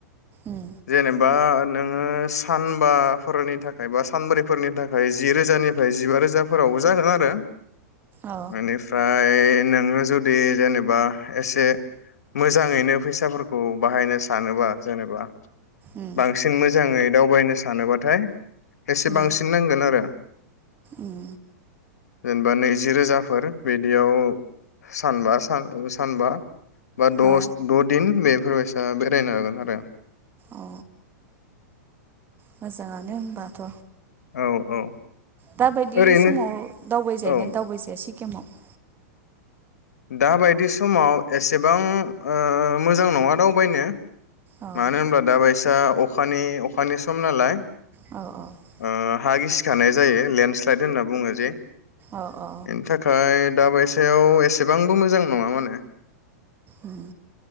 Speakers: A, on the right (about 25°); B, on the left (about 80°).
A: उम
B: जेनेबा नोङो सानबा फोरनि थाखाय बा सानब्रैफोरनि थाखाय जिरोजानिफ्राय जिबा रोजाफोरावबो जागोन आरो
A: अ
B: ओनिफ्राय ओइ नोङो जुदि जेनेबा एसे मोजाङैनो फैसाफोरखौ बाहायनो सानोबा जेनेबा
A: उम
B: बांसिन मो मोजाङै दावबायनो सानोबा थाय एसे
A: उम
B: बांसिन नांगोन आरो
A: उम
B: जेनेबा नैजि रोजाफोर बिदियाव सानबा सान ओ सानबा बा दस
A: अ
B: द दिन बे फोरबायसा बेरायनो हागोन आरो
A: अ मोजाङानो होनबाथ
B: औ औ
A: दाबायदि
B: ओरैनो
A: समाव दावबायजायोना
B: औ
A: दावबाय जाया सि केमाव
B: दाबायदि समाव एसेबां ओ मोजां नङा दावबायनो
A: औ
B: मानो होनब्ला दा बायस दा अखानि अखानि सम नालाय
A: औ औ
B: ओ हा गिसिखानाय जायो लेन्डस्लाइद होनना बुङो जे बेनि
A: औ औ
B: थाखाय दाबायसायाव एसे एसेबांबो मोजां नङा माने
A: उम